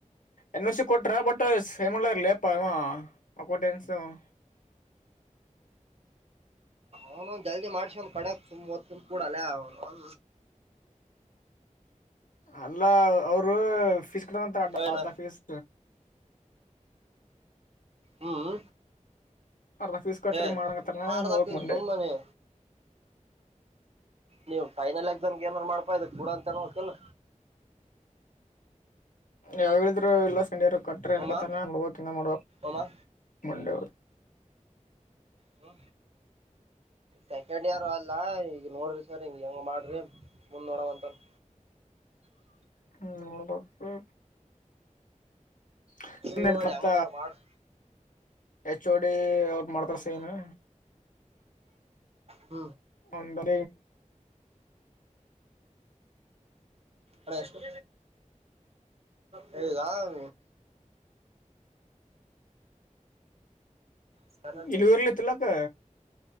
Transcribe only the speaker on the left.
ಎನ್ ಸಿ ಕೊಟ್ರ ಬಟ್ ಸೇಮ್ ಲೇ ಪ ಆಕ ಟೆನ್ಶನ್
ಅಲ್ಲ ಅವರು ಫೀಸ್ ಕಟ್ಂತಾರೆ ಅಡ
ಅಧ ಫೀಸ್
ಅರ್ಧ ಫೀಸ್ ಕಟ್ರಿ
ಮಾಡಂಗತ್ರನ
ನೋಡಕ್ ಮಂಡೆ
ಯಾವ್ ಹೇಳಿದ್ರು ಎಲ್ಲ ಸೆಕೆಂಡ್ರ್ ಕಟ್ಟ್ರೆ ಏನಕತಾನ
ನೋಡವೋಕಂತ ಮಾಡ್ಬೇಕು
ಮಂಡೆದು
ಹ್ಮ್ ಹೌದು ಹೂ. <unintelligible>
ಮತ್ತ.
ಎಚ್ಚೋಡಿ ಅವ್ರ ಮಾಡ್ತಾರ
ಸೈನು.
ಒಂದ
ಇಲ್ಲಿ ಊರಲ್ಲಿ ಇತ್ತುಲ್ಲಕ್ಕ.